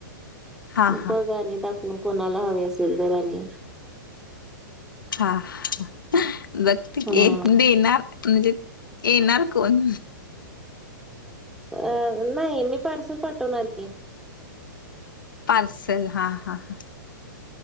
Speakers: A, on the left (about 75°); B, in the centre.
A: हा हा
B: बघ आणि दाखवून कोणाला हवे असेल तर आणि.
A: हा बघते की
B: हा
A: देणार म्हणजे येणार कोण?
B: अ नाही मी पार्सल पाठवणार की.
A: पार्सल हा हा हा.